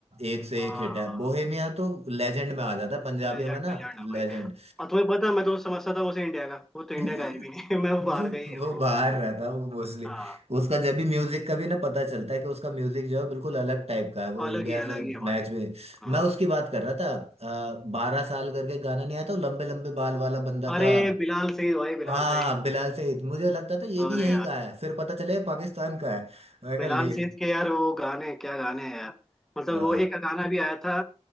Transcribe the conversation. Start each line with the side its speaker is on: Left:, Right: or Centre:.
Right: एक से
Centre: हाँ
Right: एक हिट है बोहेमिया तो लेजेंड में आ जाता है पंजाबियों
Centre: लेजेंड
Right: में ना
Centre: लेजेंड है भाई
Right: लेजेंड
Centre: और तुम्हें पता है, मैं तो समझता था उसे इंडिया का वो तो इंडिया
Right: <laughs>
Centre: का है भी नहीं <laughs> मैं वो
Right: वो
Centre: बाहर गई है
Right: वो
Centre: वो
Right: बाहर रहता है वो मोस्टली
Centre: हाँ
Right: उसका जब भी म्यूजिक का भी ना पता चलता है कि उसका म्यूजिक जो है बिल्कुल अलग टाइप का है वो
Centre: अलग
Right: इंडिया
Centre: ही अलग
Right: से
Centre: ही है भाई
Right: मैच में
Centre: हाँ।
Right: मैं उसकी बात कर रहा था बारह साल करके गाना नहीं आया था वो लंबे लंबे बाल वाला बंदा
Centre: अरे
Right: था
Centre: बिलाल सही भाई बिलाल
Right: हाँ
Centre: सही
Right: बिलाल सईद मुझे लगता था ये
Centre: अरे
Right: भी यहीं का है फिर पता चला ये पाकिस्तान का है मैं कहा
Centre: बिलाल
Right: ले
Centre: सेठ के यार वो गाने क्या गाने हैं यार मतलब
Right: आ,
Centre: वो एक गाना भी आया था